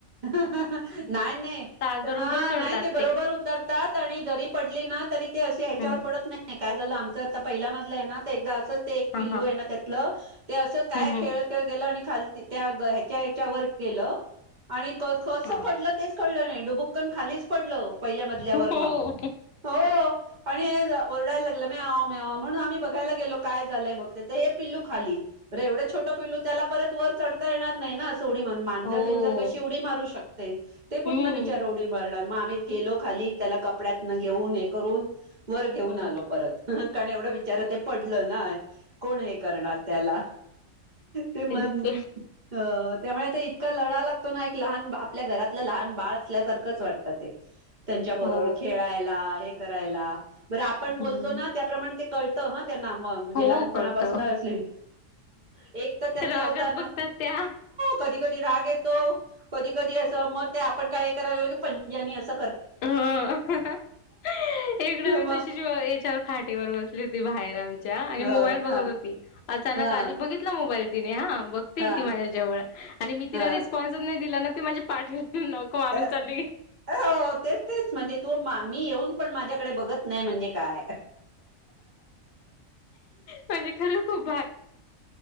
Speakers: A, on the right; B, on the left.
A: नाही नाही
B: बरोबर
A: हां
B: चढतात
A: नाही ते बरोबर उतरतात आणि जरी पडलीना ते असे ह्याच्यावर
B: हम्म
A: पडत नाही. काय झालं आमचं आता पहिला मजला आहे ना तेजाच. त ते एक
B: हा
A: पिल्लू
B: हा
A: आहे ना त्यातलं ते अस काय
B: हम्म हम्म
A: खेळत खेळत गेलं आणि खाल ते त्या ग ह्याच्या ह्याच्यावर गेलं आणि क-कसं
B: हा
A: पडलं तेच कळलं नाही. डुबुकन खालीच पडलं. पहिल्या मजल्यावरन
B: हो
A: हो. आणि ओरडाय लागलं म्यावं म्यावं म्हणून आम्ही बघायला गेलो काय झालंय बघते तर हे पिल्लू खाली. अरे एवढं छोटं पिलू त्याला परत वर. चढता येणार नाही ना, आज थोडी म्हणं मांजर
B: हो
A: बिंजर -- कशी उडी मारू शक तेचं ते कुठन
B: हम्म
A: बिचार उडी मारणार, मग आम्ही गेलो खाली त्याला कपड्यात न घेऊन हे करून.. वर घेऊन
B: हम्म
A: आलो परत, कारण एवढं विचार
B: हो
A: ते पडलं नाही, कोण हे करणार त्याला ते म-
B: तेच
A: - त्यामुळे ते इतका लळा लाग- - तोना एक लहान बा आपल्या घरात -- लहान बाळ असल्यासारखंच वाटतं. तर ते त्यांच्याबरोबर
B: हो
A: खेळायला एक- - करायला.. बरं आपण बोलतो
B: हम्म
A: ना, त्याप्रमाणे ते -- कळतहां -- त्यांना म, म्हणजे,
B: हो
A: लहानपणापासन
B: करत
A: असली एक तर त्यातला
B: रागात
A: होता ना.
B: बघतात त्या
A: कधी कधी राग येतो. कधी कधी अस म ते आपण काय हे करायला गेल की पंजानी अस
B: हो हिकडंबी
A: मग
B: तशी याच्यावर खाटेवर बसली होती बाहेर आम- - च्या आणि
A: हा
B: मोबाईल
A: हा
B: बघत होती. अचानक
A: हा
B: आली, बघितलं. मोबाईल तिने हा बघते
A: हा
B: ती, माझ्या जवळ आणि मी तिला
A: हा
B: रिस्पॉन्सच नाही दिला ना- - ती म्हणजे पाठ <unintelligible> नको आणुन
A: अ-
B: चालली कि
A: हो तेच तेच म्हणजे तो मा -- मी येऊन पण माझ्या कडे बघत नाही म्हणजे काय?
B: म्हणजे खरंच खूप